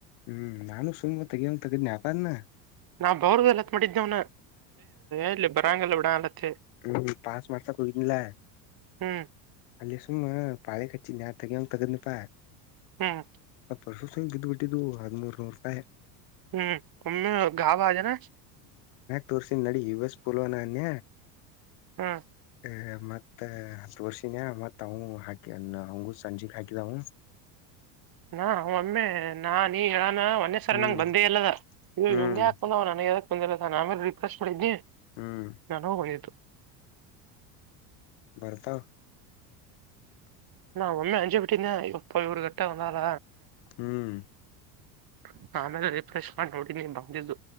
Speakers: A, on the left; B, on the right.
A: ಹ್ಮ್ ನಾನು ಸುಮ್ ತೇಗಿ ತೆಗಿದ್ನಿ ಯಾಪಾನ.
B: ನಾವ್ ಬವರ್ಲ್ಲತ್ತ ಮಾಡಿದ್ದೆ ಅವ್ನ ಎಲ್ಲಿ ಬರಂಗಲ್ಲ ಬಿಡ ಅಲತ್ತಿ
A: ಹ್ಮ ಪಸ್ ಮಾಡ್ಸಕ್ ಹೋಗಿದ್ನಲ
B: ಹ್ಮ್
A: ಅಲ್ಲಿ ಸುಮ್ಮ ಪಾಳಿ ಕಟ್ ನಾ ತೆಗಿಯಂಗ್ ತೆಗ್ದ್ನಿ ಪಾ
B: ಹ್ಮ್
A: ಪರ್ಸುಂಗ್ ಇದ್ಬ ಬಿಟ್ಟಿದ್ದು ಹದ್ಮೂರು ನೂರು ರೂಪಾಯಿ.
B: ಹ್ಮ್ ಫುಲ್ಲು ಗಾಬ್ ಆದ್ಯೇನ
A: ತೋರ್ಸನ್ ನಡಿ ಯು ಎಸ್ ಪೋಲೊ ನನ್ಯ
B: ಹ್ಮ
A: ಹ ಮತ್ತ ತೋರ್ಸಿನ್ಯ ಮತ್ ಅವ ಹಾಕಿ ಹಂಗು ಸಂಜುಗ್ ಹಾಕಿದವು.
B: ನ ಒ ಒಮ್ಮೆ ನಾ ನೀ ಹೇಳ ಮನ್ನೆ ಸರ್
A: ಹ್ಮ್
B: ನಂಗ ಬಂದೇ ಇಲ್ಲದ ಇವು
A: ಹ್ಮ್
B: ಇವ್ನ್ದ ಹಾಕಂದ ಅವ್ ನನಗೆ ಬಂದಲ್ಲ ಸರ್ ನಾನು ರಿಫ್ರೆಶ್ ಮಾಡಿದ್ದಿ
A: ಹ್ಮ್
B: ನನ್ನುವ್ ಹೋಗಿದ್ದು.
A: ಬರ್ತಾವ
B: ನಾ ಒಮ್ಮೆ ಅಂಜು ಬಿಟ್ಟಿದ್ನ್ಯ ಯಪ್ಪ ಇವರುಗಟ್ಟಲ್ಲನ
A: ಹ್ಮ್
B: <unintelligible> ಆಮೇಲೆ ರಿಫ್ರೆಶ್ ಮಾಡಿ ನೋಡಿನಿ ಬಂದಿದ್ದು